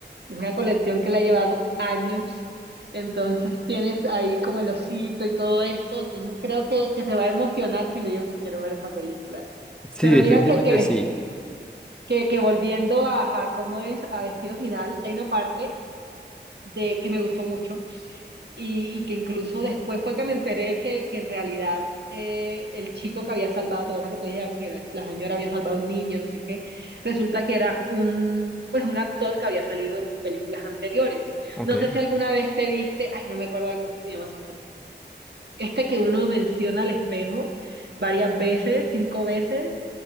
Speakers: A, on the right; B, in the centre.
A: es una colección que le ha llevado años. Entonces tienes ahí como el osito y todo esto, entonces creo que, que se va a emocionar si le digo que quiero ver esa película.
B: Sí,
A: Pero
B: definitivamente
A: mira que, que,
B: sí.
A: que, que volviendo a, a cómo es a Destino Final, hay una parte de que me gustó mucho y, y que incluso después fue que me enteré que, que en realidad eh, el chico que había salvado, ¿te acuerdas que te dije que la, la señora había salvado a un niño, no sé qué? Resulta que era un, pues un actor que había salido en películas anteriores.
B: Ok.
A: No sé si alguna vez te viste, ay, no me acuerdo cómo se llama esa película. Este que uno menciona al espejo varias veces, cinco veces.